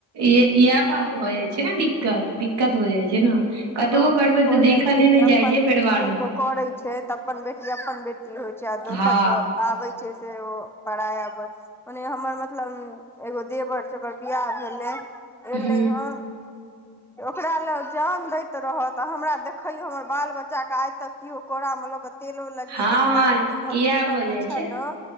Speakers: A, on the right; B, in the centre.
A: इह इएह बात हो जाइ छै ने दिक्कत दिक्कत हो जाइ छै ने।
B: बहुते
A: कतबो करबै
B: भऽ
A: तऽ
B: जाइत
A: देखले
B: छै
A: नहि
B: ई अपन
A: जाइ छै
B: बेटी
A: परिवार
B: लोकके
A: मे
B: करैत छै तऽ अपन बेटी अपन बेटी। होइ छै आ दोसरके
A: हँ
B: आबै छै से ओ पड़ाया आब ओने हमर मतलब एगो देवर छै ओकर बियाह भेलै।
A: ह
B: एलै हँ ओकरा लए जाम रहत हमरा देखैय हमर बाल बच्चा के आइ तक केओ कोड़ा मे ल के तेल लग गने
A: हँ
B: हयत
A: हँ
B: हम हॉस्पिटलमे
A: इएह भऽ जाइ
B: छलहुँ
A: छै